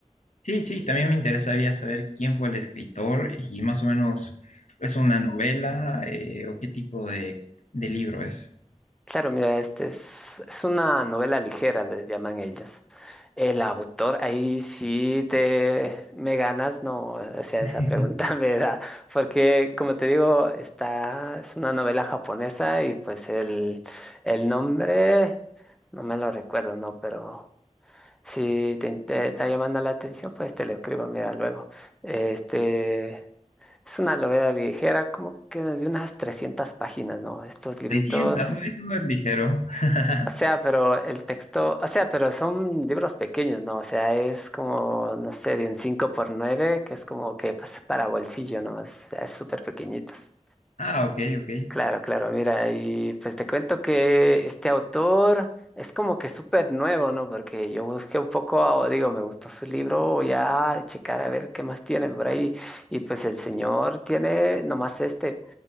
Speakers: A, on the left; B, in the centre.
A: Sí, sí, también me interesaría saber quién fue el escritor y más o menos es una novela eh, o qué tipo de, de libro es.
B: Claro, mira, este es, es una novela ligera, les llaman ellos. El autor, ahí sí te me ganas, no, o sea,
A: <laughs>
B: esa pregunta <laughs> me da, porque como te digo, está, es una novela japonesa y pues el, el nombre, no me lo recuerdo, no, pero si te, in- te está llamando la atención, pues te lo escribo, mira, luego. Este, es una novela ligera, como que de unas 300 páginas, ¿no? Estos libritos.
A: 300, ¿no? Eso no es ligero. <laughs>
B: O sea, pero el texto, o sea, pero son libros pequeños, ¿no? O sea, es como, no sé, de un 5 por 9, que es como que pues, para bolsillo, ¿no? O sea, es súper pequeñitos.
A: Ah, ok, ok.
B: Claro, claro, mira, y pues te cuento que este autor es como que súper nuevo, ¿no? Porque yo busqué un poco, digo, me gustó su libro, voy a checar a ver qué más tiene por ahí. Y pues el señor tiene nomás este,